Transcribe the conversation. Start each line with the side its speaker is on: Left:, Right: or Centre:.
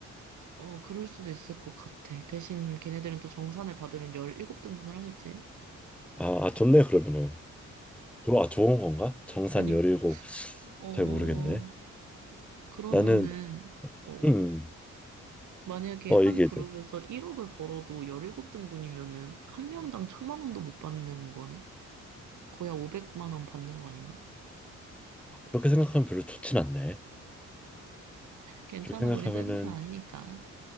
Right: 어, 그럴 수도 있을 것 같아. 대신 걔네들은 또 정산을 받으면 17등분을 하겠지.
Centre: 아, 아 좋네, 그러면은. 좋아, 좋은 건가? 정산
Right: 그러니까.
Centre: 17,
Right: 어,
Centre: 잘 모르겠네.
Right: 그러면은,
Centre: 나는
Right: 어,
Centre: 음,
Right: 만약에
Centre: 어
Right: 한
Centre: 얘기해줘.
Right: 그룹에서 1억을 벌어도 17등분이면은 한 명당 천만 원도 못 받는 거네? 거의 한 500만 원 받는 거 아닌가?
Centre: 아, 그렇게 생각하면 별로 좋진 않네.
Right: 괜찮아,
Centre: 그렇게 생각하면은
Right: 우리 세븐틴 아니니까.